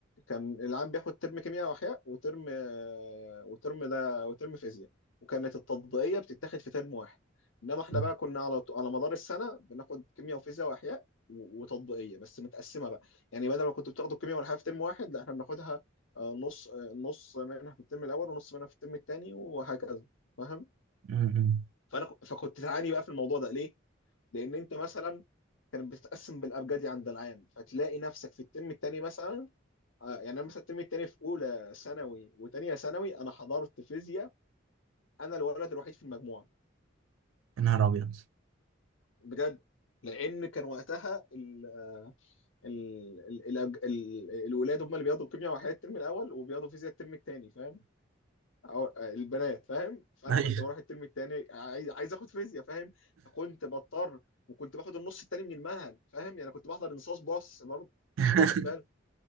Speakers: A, on the left; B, on the right.
A: كان العام بياخد ترم كيمياء واحياء وترم آه، وترم ده وترم فيزياء وكانت التطبيقيه بتتاخد في ترم واحد انما احنا
B: مم.
A: بقى كنا على ط- على مدار السنه بناخد كيمياء وفيزياء واحياء و- وتطبيقيه بس متقسمه بقى يعني بدل ما كنتوا بتاخدوا الكيمياء والاحياء في ترم واحد لا احنا بناخدها آه، نص آه، نص منها في الترم الاول ونص منها في الترم الثاني وهكذا فاهم
B: مم.
A: فانا ك- فكنت تعاني بقى في الموضوع ده ليه؟ لان انت مثلا كانت بتتقسم بالابجدي عند العام فتلاقي نفسك في الترم الثاني مثلا آه، يعني انا مثلا الترم الثاني في اولى ثانوي وثانيه ثانوي انا حضرت فيزياء انا الولد الوحيد في المجموعه
B: يا نهار أبيض
A: بجد لان كان وقتها ال ال ال ال ال الولاد هم اللي بياخدوا كيمياء وحياه الترم الاول وبياخدوا فيزياء الترم الثاني فاهم أو البنات فاهم فانا
B: أيوه
A: كنت بروح الترم التاني عايز عايز اخد فيزياء فاهم فكنت بضطر وكنت باخد النص التاني من المنهج فاهم يعني كنت بحضر انصاص باص برضه
B: <laughs>
A: كنت باخد بالي